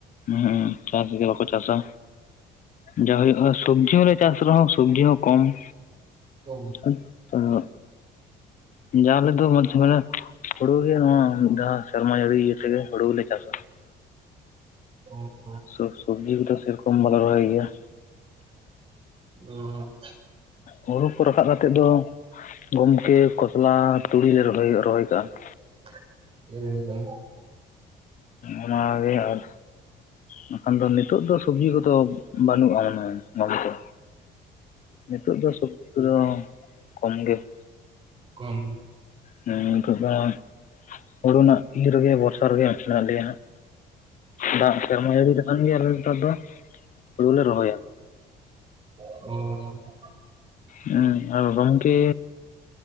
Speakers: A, on the left; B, on the right.
A: ᱦᱮᱸ ᱪᱟᱥ ᱜᱮ ᱵᱟᱠᱚ ᱪᱟᱥᱟ ᱡᱟ ᱦᱩᱭᱩᱜᱼᱟ ᱥᱚᱵᱡᱤ ᱦᱚᱸᱞᱮ ᱪᱟᱥ ᱨᱮᱦᱚᱸ ᱥᱚᱵᱡᱤ ᱦᱚᱸ ᱠᱚᱢ ᱾
B: ᱠᱚᱢ ᱾
A: <unintelligible> ᱟᱫᱚ ᱡᱟ ᱟᱞᱮ ᱫᱚ <unintelligible> ᱢᱟᱱᱮ ᱦᱩᱲᱩ ᱜᱮ ᱱᱚᱣᱟ ᱢᱤᱫ ᱫᱷᱟᱣ ᱥᱮᱨᱢᱟ ᱡᱟᱹᱲᱤ ᱤᱭᱟᱹ ᱛᱮᱜᱮ ᱦᱩᱲᱩ ᱜᱮᱞᱮ ᱪᱟᱥᱟ ᱾
B: <unintelligible>
A: ᱥᱚᱵ ᱥᱚᱵᱡᱤ ᱠᱚᱫᱚ ᱥᱮ ᱨᱚᱠᱚᱢ ᱵᱟᱞᱮ ᱨᱚᱦᱚᱭ ᱜᱮᱭᱟ ᱾
B: <inaudible> ᱚ ᱾
A: ᱦᱩᱲᱩ ᱠᱚ ᱨᱟᱠᱟᱵ ᱠᱟᱛᱮᱫ ᱫᱚ ᱜᱚᱢᱠᱮ ᱠᱷᱚᱥᱞᱟ ᱛᱩᱲᱤ ᱞᱮ ᱨᱚᱦᱚᱭ ᱨᱚᱦᱚᱭ ᱠᱟᱜᱼᱟ ᱾
B: <unintelligible>
A: ᱚᱱᱟᱜᱮ ᱟᱨ ᱵᱟᱠᱷᱟᱱ ᱫᱚ ᱱᱤᱛᱚᱜ ᱫᱚ ᱥᱚᱵᱡᱤ ᱠᱚᱫᱚ ᱵᱟᱹᱱᱩᱜᱼᱟ ᱢᱚᱱᱮ ᱦᱚᱭ ᱾ ᱜᱚᱢᱠᱮ, ᱱᱤᱛᱚᱜ ᱫᱚ ᱥᱚᱵᱡᱤ ᱠᱚᱫᱚ ᱠᱚᱢ ᱜᱮ ᱾
B: ᱠᱚᱢ
A: ᱦᱮᱸ ᱱᱤᱛᱚᱜ ᱫᱚ ᱦᱩᱲᱩ ᱨᱮᱱᱟᱜ ᱤᱨ ᱨᱮᱜᱮ ᱵᱚᱨᱥᱟ ᱨᱮᱜᱮ ᱢᱮᱱᱟᱜ ᱞᱮᱭᱟ ᱦᱟᱸᱜ ᱫᱟᱜᱽ ᱥᱮᱨᱢᱟ ᱡᱟᱹᱲᱤ ᱞᱮᱠᱷᱟᱱ ᱜᱮ ᱟᱞᱮ ᱱᱮᱛᱟᱨ ᱫᱚ ᱦᱩᱲᱩᱞᱮ ᱨᱚᱦᱚᱭᱟ᱾
B: <unintelligible>
A: ᱦᱮᱸ ᱟᱨ ᱜᱚᱝᱠᱮ